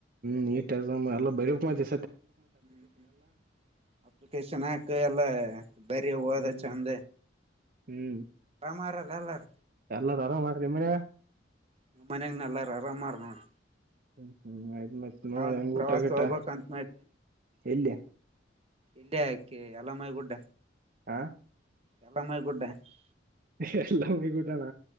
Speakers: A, on the right; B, on the right.
A: ಮ ಎಕ್ಸಾಮ್ ಬರೆಯುತ್ತೇನೆ
B: <inaudible> ಹ್ಮ್ ಅಪ್ಲಿಕೇಶನ್ ಹಾಕ ಎಲ್ಲ ಬರಿ ಹೋದ
A: ಹ್ಮ್
B: ಚಂದ
A: ಹ್ಮ್
B: ಮಾರಲ್ಲ ಎಲ್ಲರ
A: ಎಲ್ಲರ ಆರಾಮದಾರಣೆ ಮನೆಗೆ
B: ನಮ್ಮ ಮನ್ಯಾಗ ನಲ್ಲಾರ ಆರಾಮಾರ ನೋಡ
A: ಹ್ಮ್ ಹ್ಮ್ ಆಯ್ತು ಮತ್ತ
B: ನಾವನ್
A: ನಳ ಎಂಗೂಟ
B: ಪ್ರವಾಸ
A: ಇಟ್ಟ
B: ಹೋಗ್ಬೇಕಂತ
A: ಇಲ್ಲಯ
B: ಇಲ್ಲಯ ಎಲ್ಲ ಮಾಡಗೂಟ
A: ಹಾ
B: ಎಲ್ಲ ಮಾಡಕೂಟ <inaudible>
A: ಎಲ್ಲ ಮೋಗಗಊಟಣ